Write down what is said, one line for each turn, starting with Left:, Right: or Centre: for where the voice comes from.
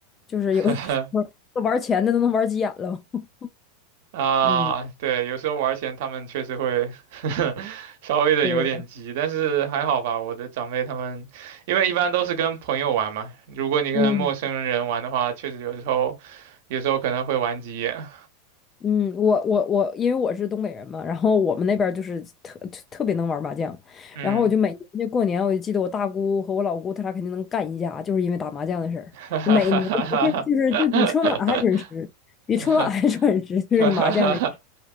Left: 就是有的时候
Right: <laughs>
Left: <laughs> 玩钱的都能玩急眼了。<laughs>
Right: 啊，
Left: 嗯，
Right: 对，有时候玩儿钱他们确实会 <laughs> 稍微的有点急，
Left: 对，
Right: 但是还好吧。我的长辈他们，因为一般都是跟朋友玩嘛，如果你跟陌生人玩的话，
Left: 嗯。
Right: 确实有时候有时候可能会玩急眼。
Left: 嗯，我我我，因为我是东北人嘛，然后我们那边儿就是特特特别能玩麻将，
Right: 嗯。
Left: 然后我就每年就过年，我就记得我大姑和我老姑，他俩肯定能干一架，就是因为打麻将的事儿。
Right: <laughs> 哈哈哈哈哈哈
Left: 每年这就是就比春晚还准时，比春晚还准时，
Right: 哈
Left: 就这个麻将这个事
Right: 哈哈哈！